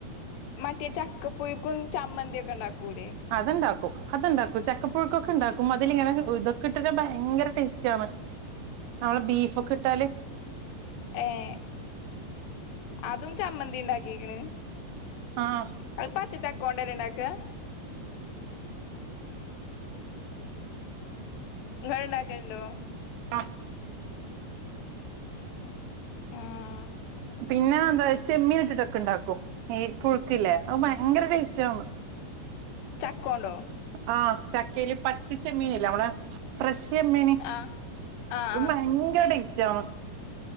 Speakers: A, on the left (about 80°); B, on the right (about 90°).
A: മറ്റേ ചക്ക പുഴുക്കും ചമ്മന്തി ഒക്കെ ഉണ്ടാക്കൂലെ
B: അത്ണ്ടാക്കും അത്ണ്ടാക്കും ചക്ക പുഴുക്കൊക്കെണ്ടാക്കും അതിലിങ്ങനെ ഇതൊക്കെ ഇട്ടിട്ട് ഭയങ്കര ടേസ്റ്റ ആണ് നളെ ബീഫ് <unintelligible> കിട്ടാലെ
A: ഏഹ് അതും ചമ്മന്തി ഉണ്ടാക്കിയിരിക്കണ് <unintelligible>
B: ആഹ്
A: കൊണ്ടല്ലനക്ക്െ <unintelligible> ഇങ്ങള് ഉണ്ടാക്കാലുണ്ടോ
B: വഫ
A: ആഹ
B: പിന്നെ എന്താ ചെമ്മീൻ ഇട്ടിട്ടൊക്കെ ഇണ്ടാക്കും ഈ പുഴുക്കല്ലേ അത് ഭയങ്കര ടേസ്റ്റ് ആണ്
A: ചക്കോണ്ടോ
B: ആഹ ചക്കൽ പച്ചിച്ച മീനല്ല നമ്മള ഫ്രഷ് മ്മേന
A: ആഹ് ആഹ്
B: അത്
A: ആഹ്
B: ഭയങ്കര ചം